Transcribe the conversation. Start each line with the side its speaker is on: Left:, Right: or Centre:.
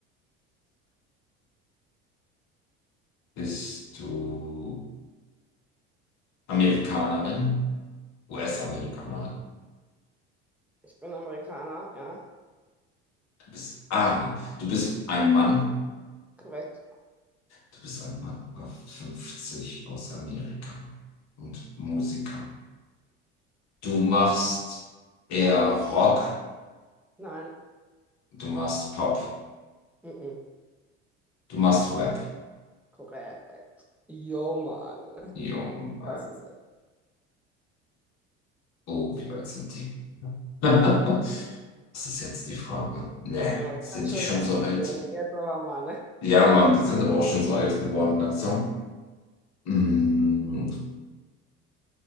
Left: bist du Amerikanerin? US-Amerikanerin?
Centre: Ich bin Amerikaner. Ja.
Left: Du bist, ah, na, du bist ein Mann.
Centre: Korrekt.
Left: Du bist ein Mann über 50 aus Amerika und Musiker. Du machst eher Rock,
Centre: Nein.
Left: du machst Pop,
Centre: Mhm.
Left: du machst Rap.
Centre: Korrekt. Yo, Mann.
Left: Junge,
Centre: Das ist
Left: oh, wie alt sind die? <laughs> Das ist jetzt die Frage. Nee,
Centre: die amerikanische
Left: sind die schon
Centre: Rap-Szene.
Left: so alt?
Centre: Jetzt aber mal, ne?
Left: Ja,
Centre: Ja.
Left: Mann, die sind aber auch schon so alt geworden langsam. Mm,